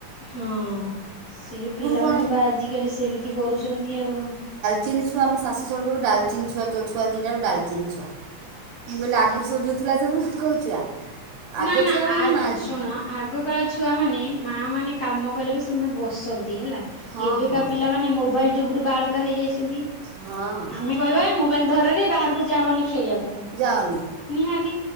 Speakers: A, on the left; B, on the right.
A: ହଁ ସେ ପିଲାମାନେ
B: କଣ
A: ବା ଆଜିକାଲି ସେମିତି କରୁଛନ୍ତି ଆଉ।
B: ଚିନି ଛୁଆ ଆମ ଶାଶୁ ଡଲଚିନ ଛଆ ତୋ ଛୁଆ ଦିଟାକ ଡାଲଚିନ ଛୁଆ ମୁଁ କହିଲ ଆଗରୁ ସବୁ ଯୋଉ ଥିଲା ସବୁ କୋଉ ଛୁଆ। ଆଗ
A: ନା ନା
B: ଛୁଆମାନଙ୍କୁ
A: ଆ
B: ନାହିଁ
A: ଶୁଣ ଆଗକାଳ ଛୁଆ ମାନେ ମାଆ ମାନେ କାମ କଲେ ବି ସେମାନେ ବସନ୍ତି ହେଲା
B: ହଁ
A: ଏବେକା
B: ହଁ
A: ପିଲାମାନୋନ ମୋବାଇଲ ଯୁଗୁରୁ ବାଳୁଙ୍ଗା ହେଇଯାଇଛନ୍ତି।
B: ହଁ
A: ଆମେ କହିବା ମୋବାଇଲ ଧରରେ ବାହାରକୁ ଯାଅନି ଖେଳିବାକୁ।
B: ଯାଅନି
A: ନିହାତି